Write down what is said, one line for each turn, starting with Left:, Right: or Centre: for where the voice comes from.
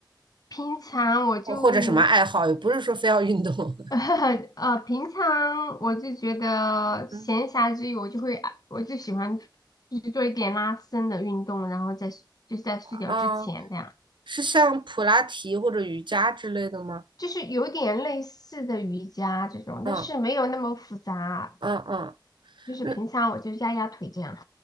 Left: 平常我就
Right: 或或者什么爱好？也不是说非要运动。
Left: <laughs>，呃，平常我就觉得闲暇之余，
Right: <laughs> 嗯
Left: 我就会，我就喜欢就是做一点拉伸的运动，然后在就是在睡觉之前这样，
Right: 啊，是像普拉提或者瑜伽之类的吗？
Left: 就是有点类似的瑜伽这种，
Right: 嗯
Left: 但是没有那么复杂，
Right: 嗯嗯，
Left: 就是平常我就压压腿这样。
Right: 那